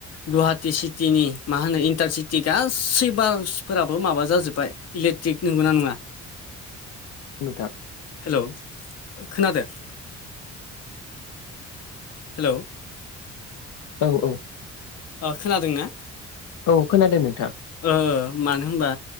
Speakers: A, on the left; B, on the left.
A: गुवाहाटि सिटिनि मा होनो इन्टारसिटि गासै बासफोराबो माबा जाजोब्बाय। इलेक्ट्रिक नोंगौना नङा?
B: नोंथां।
A: हेल' खोनादो? हेलौ।
B: औ औ।
A: अ' खोनादों ना?
B: औ खोनादों नोंथां।
A: ओ मानो होनबा